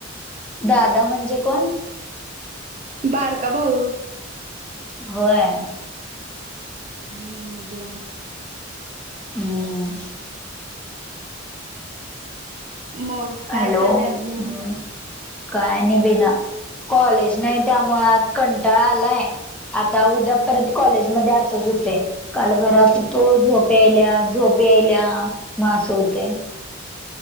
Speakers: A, in the centre; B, on the right.
A: दादा म्हणजे कोण?
B: बारका भाऊ.
A: व्हय?
B: हम्म दोन.
A: हं.
B: मग काय
A: हॅलो
B: चाललंय
A: हम
B: अजून?
A: काय ना बिना. कॉलेज नाही त्यामुळे आज कंटाळा आलाय. आता उद्या परत कॉलेजमध्ये असच होतय. काल घरात होतो झोप यायल्या झोप यायल्या मग अस होतय.